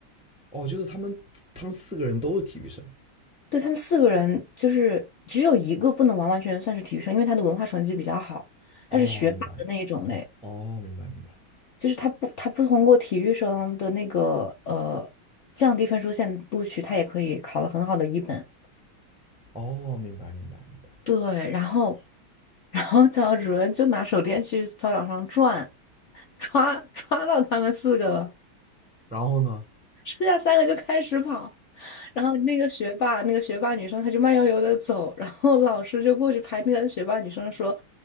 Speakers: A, in the centre; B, on the left.
A: 哦，就是他们他们四个人都是体育生，
B: 对，他们四个人就是只有一个不能完完全全算是体育生，因为他的文化成绩比较好，
A: 哦，
B: 他是学霸的那一种类，
A: 明白，哦，明白明白，
B: 就是他不他不通过体育生的那个呃降低分数线录取，他也可以考了很好的一本。
A: 哦，明白明白明白，
B: 对，然后然后教导主任就拿手电去操场上转，抓抓到他们四个了。
A: 然后呢？
B: 剩下三个就开始跑。然后那个学霸，那个学霸女生，她就慢悠悠的走，然后老师就过去拍那个学霸女生说，